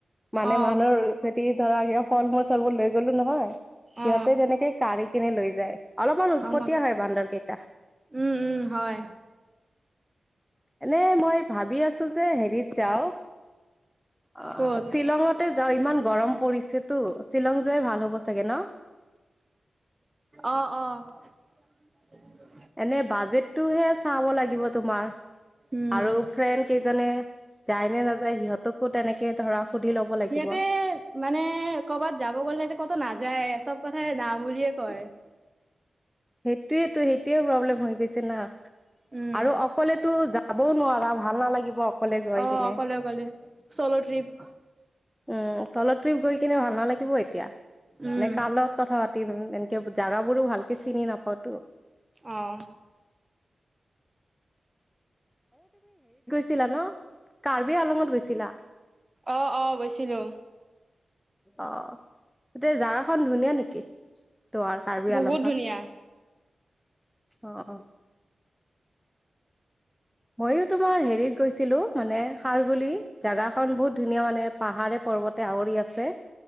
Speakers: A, in the centre; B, on the right.
A: মানে
B: অ
A: মানুহৰ যদি ধৰা কিবা ফল মূল চলবোৰ লৈ গ'লো নহয় সিহঁতে
B: অ
A: তেনেকে কাঢ়ি কিনে লৈ যায়, অলপমান উৎপটীয়া
B: অ
A: হয় বান্দৰ কেইটা।
B: উম, উম, হয়।
A: এনে মই ভাবি আছো যে হেৰিত যাও অ,
B: ক'ত
A: শ্বিলঙতে যাও ইমান গৰম পৰিছেতো। শ্বিলং যোৱাই ভাল হ'ব চাগে ন?
B: অহ, <unintelligible>
A: এনে বাজেটটোহে চাব লাগিব তোমাৰ।
B: উম
A: আৰু ফ্ৰেণ্ড কেইজনে যায় নে নাযায় সিহঁতকো তেনেকে ধৰা সুধি ল'ব লাগিব।
B: সিহঁতে মানে কৰ'বাত যাব গ'লে সিহঁতে ক'তো নাযায় চব কথাই না বুলিয়ে কয়।
A: সেইটোয়েতো সেইটোয়ে প্ৰব্লেম হৈ গৈছে না,
B: উম,
A: আৰু অকলেতো জা যাবও নোৱাৰা ভাল নালাগিব। অকলে গৈ
B: অ'
A: কিনে
B: ক'লে অক'লে চলো ট্ৰিপ
A: উম চলৰ ট্ৰিপ গৈ কিনে ভাল নালাগিব এতিয়া,
B: উম।
A: মে কাৰ লগত কথা পাতিম। এনেকে জাগাবোৰো ভালকে চিনি নাপাওঁতো।
B: আহ।
A: ছিলা ন, কাৰ্বি আলঙত গৈছিলা?
B: অ' অ' গৈছিলো।
A: অ' গোটেই জাগাখন ধুনীয়া নেকি? তো আৰু কাৰ্বি
B: বহুত
A: আলংকাৰত,
B: ধুনীয়া
A: অ' অ'। মইো তোমাৰ হেৰিত গৈছিলো, মানে সাৰগোলি জোগা খন বহুত ধুনীয়া মানে পাহাৰে পৰ্বতে আৱৰি আছে।